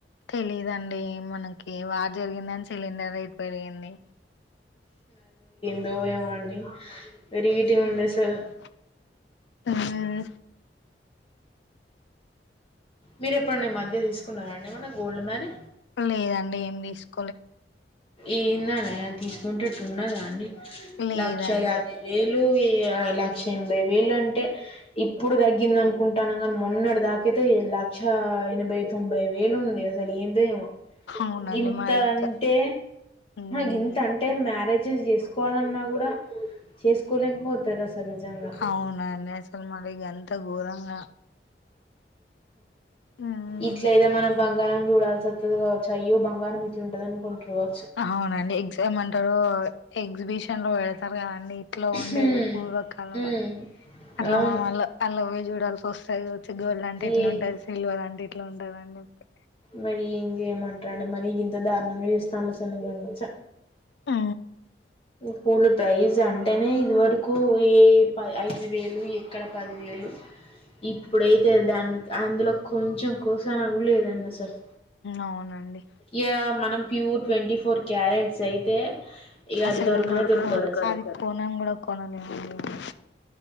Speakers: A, on the left; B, on the left.
A: తెలీదండి మనకి వారు జరిగిందనీ సిలిండర్ రేట్ పెరిగింది
B: <unintelligible> అడ ఏటి
A: రేట్
B: ఉంది
A: ఏముంది
B: అసల్
A: అసలు మ్మ్
B: మీరు ఎప్పుడన్న ఈమధ్య తీసుకున్నారా అండి ఏమన్న గోల్డ్ మరీ
A: లేదండి ఏం తీసుకో
B: ఏందనే తీసుకుంటేట్టు ఉన్నదా అండి
A: లేదండి
B: లక్షా యాభై వేలు <unintelligible> లక్ష ఎనభై వేలు అంటే ఇప్పుడు తగ్గిందానుకుంటాన్నావా మొన్నటి దాక అయితే లక్ష ఎనభై, తొంభై వేలు ఉంది అసలు ఏందో ఏమో
A: అవునండి
B: గింత
A: మరి ఇక
B: అంటే
A: మ్మ్
B: గింత అంటే మ్యారేజెస్ చేసుకోవాలన్నా కూడా చేసుకోలేకపోతారు అసలు నిజంగా
A: అవునండి అసలు మరి గంత ఘోరంగా మ్మ్
B: ఇట్లయినా మనం బంగారం చూడాల్సి వత్తది కావచ్చు అయ్యో బంగారం ఉంటదా <unintelligible>
A: అవునండి ఎగ్జామ్ అంటారు ఎగ్జిబిషన్ లో వెళతారు కదా నీట్లో ఉండేది
B: హ్మ్.
A: పూర్వకాలం
B: హ్మ్.
A: అని అట్లా
B: అవును
A: మనం అ అలావే చూడాల్సి వస్తాయి వచ్చి గోల్డ్ అంటే ఇట్లా
B: ఏం
A: ఉంటది సిల్వర్ అంటే ఇట్లా ఉంటందిని చెప్పి
B: మరి ఏం చేయమంటాడు మరి ఇంత దారుణంగా చేస్తానుల సలచ్చ
A: ఆ
B: గోల్డ్ ప్రైజ్ అంటేనే ఇది వరకు ఏ ఐదు వేలు ఎక్కడ పది వేలు ఇప్పుడైతే దాని అందులో కొంచెం కోసన లేదండి అసలు
A: అవునండి
B: ఇక మనం ప్యూర్ ట్వంటీ ఫోర్ క్యారెట్స్ యితే ఇక
A: అసలు
B: దొరకనే దొరకదు
A: మనం
B: అసలు
A: అది కొనను కూడా కొనలేమండి మనం.